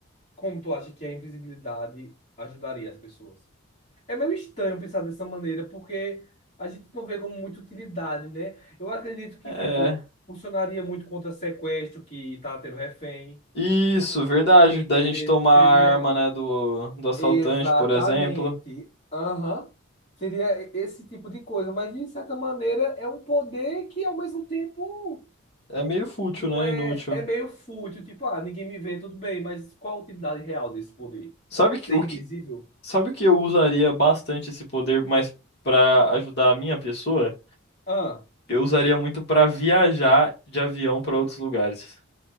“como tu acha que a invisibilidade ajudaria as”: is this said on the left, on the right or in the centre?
Left